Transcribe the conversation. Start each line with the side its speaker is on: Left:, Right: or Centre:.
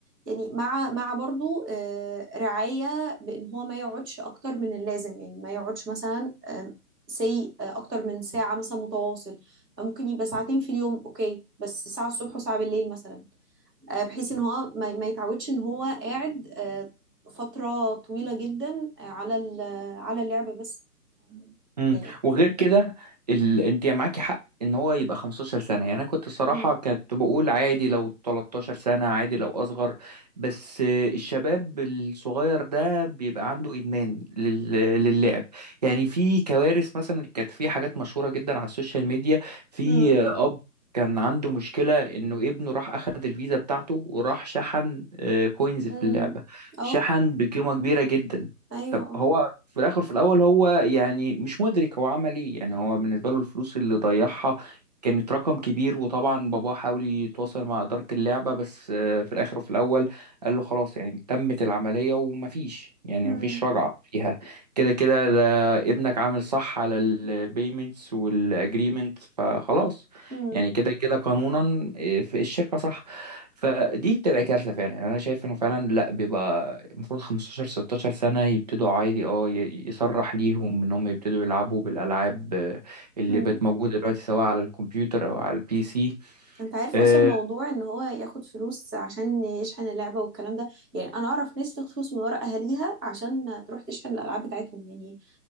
Centre: يعني مع مع برضو آه، رعاية بأن هو ما يقعدش أكتر من اللازم يعني ما يقعدش مثلا سي أكتر من ساعة مثلا متواصل أو ممكن يبقى ساعتين في اليوم أوكي بس ساعة الصبح وساعة بالليل مثلا آه، بحيث ان هو ما ما يتعودش ان هو قاعد آه، فترة طويلة جدا آه، على ال- على اللعبة بس
Right: امم
Centre: يعني
Right: وغير كده ال... انت معاكي حق ان هو يبقى 15 سنه يعني انا كنت الصراحه
Centre: مم.
Right: كنت بقول عادي لو 13 سنه عادي لو اصغر بس الشباب الصغير ده بيبقى عنده ادمان لل... للعب يعني في كوارث مثلا كانت في حاجات مشهوره جدا على السوشيال ميديا في
Centre: مم.
Right: اب كان عنده مشكلة إنه ابنه راح أخد الفيزا بتاعته وراح شحن آه، كوينز في
Centre: امم
Right: اللعبة
Centre: اه
Right: شحن بقيمة كبيرة جدا
Centre: ايوه
Right: طب
Centre: اه
Right: هو في الاخر في الاول هو يعني مش مدرك هو عمل ايه يعني هو بالنسبه له الفلوس اللي ضيعها كانت رقم كبير وطبعا باباه حاول يتواصل مع اداره اللعبه بس آه، في الاخر وفي الاول قال له خلاص يعني تمت العمليه ومفيش يعني
Centre: مم.
Right: مفيش رجعه فيها كده كده ده ابنك عامل صح على البيمنتس والاجريمنت فخلاص
Centre: مم.
Right: يعني كده كده قانونا آه، في الشركه صح فدي بتبقى كارثة فعلا يعني أنا شايف إنه فعلا لأ بيبقى المفروض 15 16 سنة يبتدوا عادي أه ي- يصرح ليهم إن هم يبتدوا يلعبوا بالألعاب آه، اللي
Centre: مم.
Right: بقت موجودة دلوقتي سواء على الكمبيوتر أو على البي سي
Centre: انت عارف
Right: آه،
Centre: اصلا موضوع ان هو ياخد فلوس عشان يشحن اللعبة والكلام ده يعني انا اعرف ناس تاخد فلوس من ورا اهاليها عشان تروح تشحن الالعاب بتاعتهم يعني